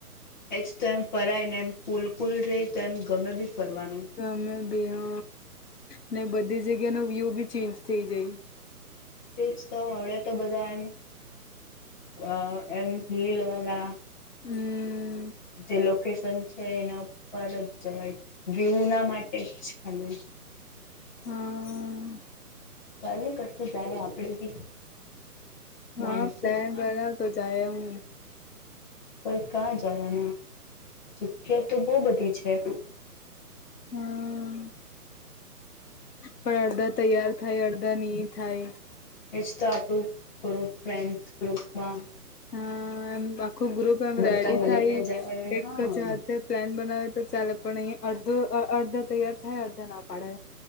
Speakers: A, on the left; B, on the left.
A: એજ તો એમ ફરાય ને એમ કુલકુલ રે તો એમ ગમે બી ફરવાનું.
B: અમે બે હ ને બધી જગ્યાનો વ્યુ ચેન્જ થઇ જાય.
A: તે જ તો હવડે તો બધા એમ અહ એમ રીલ વાલા
B: હમ્મ.
A: જે લોકેશન છે એના ઉપર જ જવાય વ્યુ ના માટે જ ખાલી.
B: હા
A: ચાલ ને કશું જાય આપડે બી
B: હા,
A: મોનસૂનમાં
B: પ્લન બના તો જાયા હું.
A: પર ક્યાં જવાના જગ્યા તો બહુ બધી છે.
B: હા. પણ અડધા તૈયાર થાય અડધા નહી થાય.
A: એ સ્ટાફ ગ્રુપ માં ફ્રેન્ડ ગ્રુપમાં.
B: હા, એમ આખો ગ્રુપ એમ
A: બધા
B: રેડી
A: મળીને
B: થાય
A: જાય
B: એક
A: હા
B: જ હાથે પ્લાન બનાવે તો ચાલે પણ અહીંયા અહ અહ અડધો તૈયાર થાય અડધા ના પાડે.